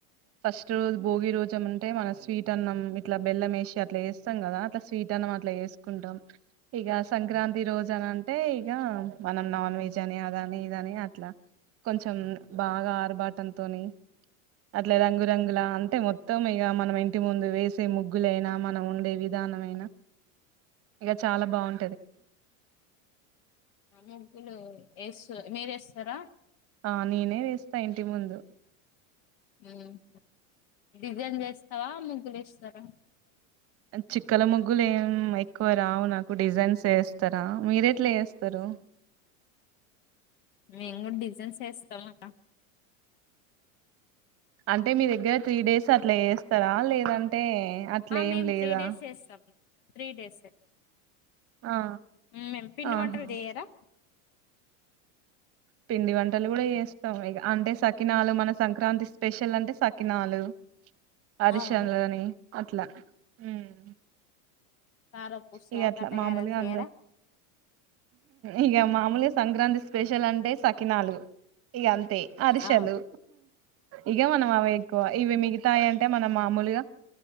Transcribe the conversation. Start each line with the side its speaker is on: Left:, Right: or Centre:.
Right: ఫస్ట్ రోజు భోగి రోజ అంటే మనం స్వీట్ అన్నం ఇట్లా బెల్లం వేసి అట్లా వేస్తాం కదా అట్లా స్వీట్ అన్నం అట్లా వేసుకుంటాం ఇక సంక్రాంతి రోజు అని అంటే ఇక మనం నాన్ వెజ్ అని అదని ఇదని అట్లా కొంచెం బాగా ఆర్బాటంతోని అట్లా రంగురంగుల అంటే మొత్తం ఇగ మనం ఇంటి ముందు వేసే ముగ్గులైనా మనం ఉండే విధానమైన ఇగ చాలా బాగుం
Left: అప్పుడు ఎస్ మీరేస్తారా
Right: ఆహ్ నేనే వేస్తా ఇంటి ముందు
Left: అమ్ డిజైన్ చేస్తావా ముగ్గులు ఏస్తారా
Right: చిక్కల ముగ్గులు ఏం కోల్ రావు నాకు డిజైన్స్ వేస్త వస్తారా మీర ఎట్లా వస్తారు
Left: మేము కూడా డిజైన్స్ వేస్తాం గద అమ్
Right: అంటే మీ దగ్గర త్రీ డేస్ అట్లా చేస్తారా లేదంటే అట్లేం
Left: మేము
Right: లేదా
Left: త్రీ డేస్ వేస్తాం త్రీ డేస్
Right: ఆ
Left: మే పిండి
Right: ఆహా
Left: వంటారుదియరా
Right: పిండి వంటలు కూడా చేస్తాం ఇ అంటే సకినాలు మన సంక్రాంతి స్పెషల్ అంటే సకి కినాలు అరిళలని
Left: అవును
Right: అట్లా అమ్
Left: కారపూస
Right: ఇగ అట్లా
Left: కట్టగారలు
Right: మామూలుగా
Left: చేయరా
Right: అందర్ ఇగ మామూలుగా సంక్రాంతి స్పెషల్ అంటే సకినాలు ఇగంతే అరిశలు
Left: ఆ
Right: ఇగ మనం అవి ఎక్కువ ఇవి మిగితాయి అంటే మనం మామూలుగా